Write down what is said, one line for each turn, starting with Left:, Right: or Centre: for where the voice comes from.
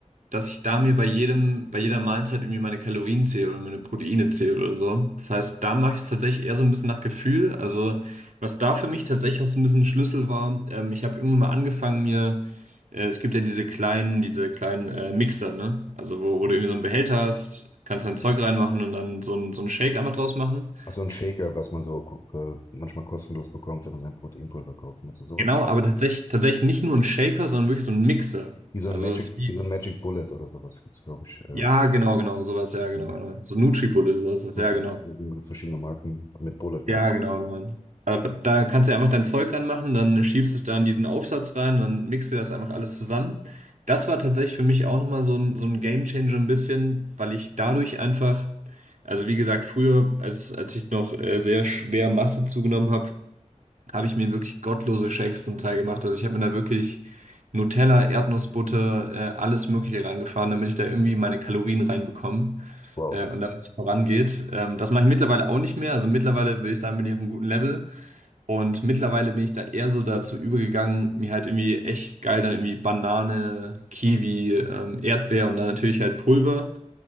Right: dass ich da mir bei jedem, bei jeder Mahlzeit irgendwie meine Kalorien zähle oder meine Proteine zähle oder so. Das heißt, da mache ich es tatsächlich eher so ein bisschen nach Gefühl. Also, was da für mich tatsächlich auch so ein bisschen ein Schlüssel war, ähm, ich habe irgendwann mal angefangen, mir, äh, es gibt ja diese kleinen, diese kleinen äh, Mixer, ne? Also, wo, wo du irgendwie so einen Behälter hast, kannst dein Zeug reinmachen und dann so ein, so einen Shake einfach draus machen.
Left: Ach so ein Shaker, was man so äh, manchmal kostenlos bekommt, wenn man sein Proteinpulver kauft. Meinst du sowas?
Right: Genau, aber tatsächlich, tatsächlich nicht nur ein Shaker, sondern wirklich so ein Mixer.
Left: Wie so
Right: Also,
Left: ein Magic,
Right: es ist wie.
Left: wie so ein Magic Bullet oder sowas gibt's, glaube ich. Äh,
Right: Ja, genau, genau, sowas, ja, genau,
Left: Mhm.
Right: genau. So Nutribullet, sowas,
Left: wirklich
Right: ja, genau.
Left: äh, verschiedene Marken mit Bullet
Right: Ja,
Left: meist.
Right: genau, nein. Aber da kannst du ja einfach dein Zeug ranmachen, dann schiebst es da in diesen Aufsatz rein, dann mixt du das einfach alles zusammen. Das war tatsächlich für mich auch nochmal so ein, so ein Game Changer ein bisschen, weil ich dadurch einfach, also wie gesagt, früher, als, als ich noch äh, sehr schwer Masse zugenommen habe, habe ich mir wirklich gottlose Shakes zum Teil gemacht. Also ich habe mir da wirklich Nutella, Erdnussbutter, äh, alles Mögliche reingefahren, damit ich da irgendwie meine Kalorien reinbekomme
Left: Wow.
Right: äh, und damit es vorangeht. Ähm, das mache ich mittlerweile auch nicht mehr. Also mittlerweile würde ich sagen, bin ich auf einem guten Level. Und mittlerweile bin ich da eher so dazu übergegangen, mir halt irgendwie echt geil dann irgendwie Banane, Kiwi, ähm, Erdbeer und dann natürlich halt Pulver